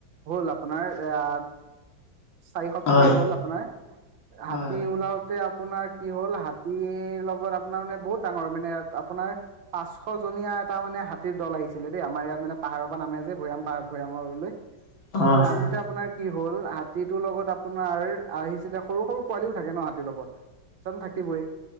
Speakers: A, on the right; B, on the left.
A: হ'ল আপোনাৰ এইয়া চাৰি সপ্তাহ
B: হয়
A: মান হ'ল আপোনাৰ,
B: হয়
A: হাতী ওলাওঁ তে আপোনাৰ কি হ'ল হাতীৰ লগত আপোনাৰ মানে বহুত ডাঙৰ মানে আপোনাৰ পাঁচশজনীয়া এটা মানে হাতীৰ দল আহিছিলে দেই আমাৰ ইয়াত মানে পাহাৰৰ পৰা নামে যে ভৈয়াম পাহ ভৈয়ামলৈ।
B: <inaudible>
A: ত নামুতে
B: হয়।
A: আপোনাৰ কি হ'ল হাতীটোৰ লগত আপোনাৰ আহিছিলে সৰু, সৰু পোৱালিও থাকে ন হাতীৰ লগত। এজন থাকিবই